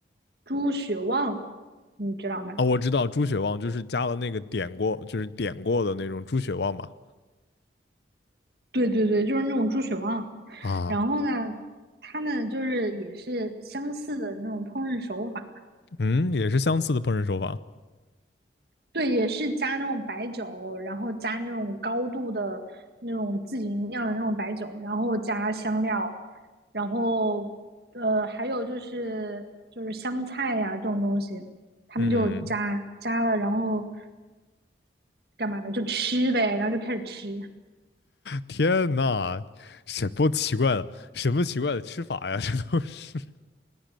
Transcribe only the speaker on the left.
啊，我知道猪血旺就是加了那个点过，就是点过的那种猪血旺嘛。
啊，
嗯，也是相似的烹饪手法。
嗯，
天呐，什么奇怪的，什么奇怪的吃法呀？<laughs> 这都是，